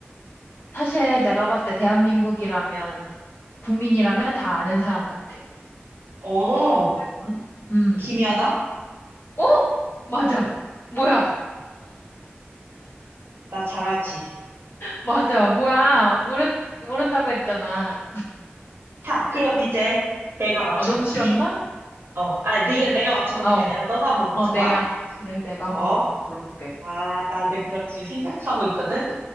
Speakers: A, on the left; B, on the right.
A: 사실 내가 봤을 때 대한민국이라면, 국민이라면 다 아는 사람 같아.
B: 오,
A: 응? 음.
B: 김연아?
A: 어? 맞아. 뭐야?
B: 나 잘하지.
A: 맞아. 뭐야? 모른, 모른다고 했잖아.
B: 자, 그럼 이제 내가 맞춰볼게.
A: 아, 너무 쉬웠나?
B: 어, 아니, 네가,
A: 알았어.
B: 내가 맞춰보는
A: 어,
B: 게 아니라 너가 한번 맞춰봐.
A: 어, 내가. 그래, 내가
B: 어,
A: 한번 물어볼게.
B: 아, 나는 그렇지 생각하고 있거든.